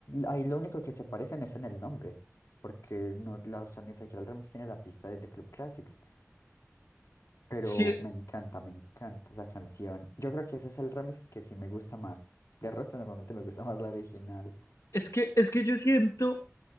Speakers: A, on the left; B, on the left.
A: ahí lo único que se parecen es en el nombre, porque no, la, o sea, ni siquiera el remix tiene la pista de, de Club Classics, pero
B: Sí,
A: me encanta, me encanta esa canción. Yo creo que ese es el remix que sí me gusta más. De resto, normalmente me gusta más la original.
B: es que, es que yo siento...